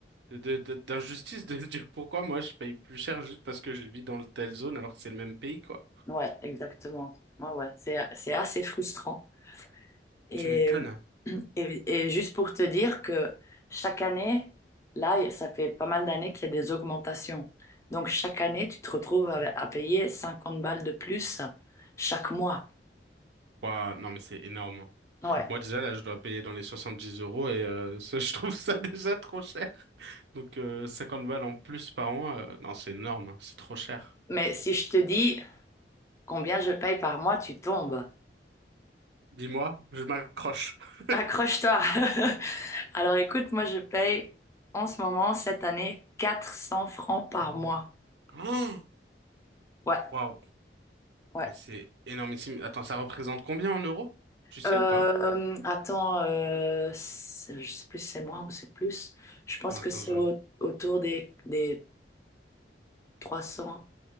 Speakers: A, on the right; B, on the left.
A: de, de- de- d'injustice de se dire pourquoi moi je paye plus cher juste parce que je vis dans telle zone alors que c'est le même pays, quoi.
B: ouais, exactement. Ouais, ouais, c'est, c'est assez frustrant. Et,
A: Tu m'étonnes.
B: et, et juste pour te dire que chaque année, là, ça fait pas mal d'années qu'il y a des augmentations. Donc chaque année, tu te retrouves à, à payer 50 balles de plus chaque mois.
A: Ouah, non, mais c'est énorme.
B: Ouais.
A: Moi déjà là je dois payer dans les 70 euros et euh, <laughs> ça, je trouve ça <laughs> déjà trop cher. Donc euh, 50 balles en plus par mois, euh, non c'est énorme, hein, c'est trop cher.
B: Mais si je te dis combien je paye par mois, tu tombes.
A: Dis-moi, je m'accroche. <gasps>
B: Accroche-toi. <laughs> Alors écoute, moi je paye en ce moment, cette année, 400 francs par mois.
A: Oh
B: Ouais,
A: Waouh,
B: ouais.
A: mais c'est énormissime. Attends, ça représente combien en euros? Tu sais
B: Euh,
A: ou pas?
B: attends, euh, c'est- je sais plus si c'est moins ou c'est plus. Je pense
A: Attends,
B: que c'est
A: je...
B: au- autour des, des trois cents,